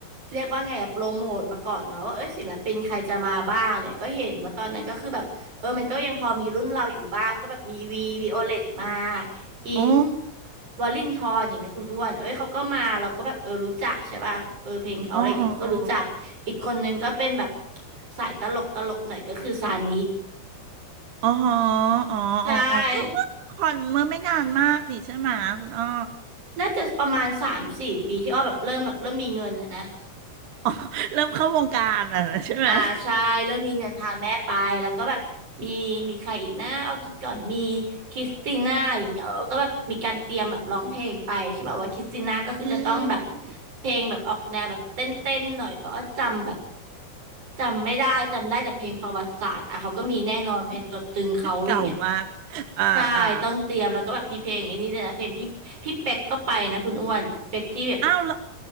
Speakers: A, on the right (about 35°); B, on the right (about 70°).
A: เรียกว่าไงอะโปรโมทมาก่อนเนาะว่าเออศิลปินใครจะมาบ้างเลยก็เห็นว่าตอนนั้นก็คือแบบเออมันก็ยังพอมีรุ่นเราอยู่บ้างก็แบบมีวีวีโอเลตมา อิน
B: อ๋อ
A: วลินทรอย่างเงี้ยคุณอ้วนเอ้ยเขาก็มาเราก็แบบเออรู้จักใช่ป่ะเออเพลงเขาอะไรอย่างเงี้ยเราก็รู้จัก
B: อ๋ออ๋อ
A: อีกคนนึงก็เป็นแบบสายตลกตลกหน่อยก็คือซานิ
B: อ๋ออ๋ออ๋ออ๋อก็เมื่อคอนเมื่อไม่นานมากนี่ใช่ไหมคุณอ้อ
A: ใช่น่าจะประมาณสามสี่ปีที่อ้อแบบเริ่มแบบเริ่มมีเงินอะนะ
B: <laughs> เริ่มเข้าวงการอ่ะนะใช่ไหม
A: อ่าใช่เริ่มมีเงินพาแม่ไปแล้วก็แบบมีมีใครอีกนะเอาคิดก่อนมีคริสติน่าอย่างเงี้ยเออก็แบบมีการเตรียมแบบร้องเพลงไปใช่ป่ะว่าคริสติน่าก็คือจะต้องแบบ
B: อืม
A: เพลงแบบออกแนวแบบเต้นเต้นหน่อยเพราะว่าจำแบบจำไม่ได้จำได้แต่เพลงประวัติศาสตร์อ่ะเขาก็มีแน่นอนเพลงตัวตึงเขาอย่างเงี้ย
B: เก่ามากอ่าอ่า
A: ใช่ต้องเตรียมแล้วก็แบบมีเพลงไอ้นี่ด้วยนะเพลงพี่พี่เป็กก็ไปนะคุณอ้วนเป็กที่แบบ
B: อ้าวแล้ว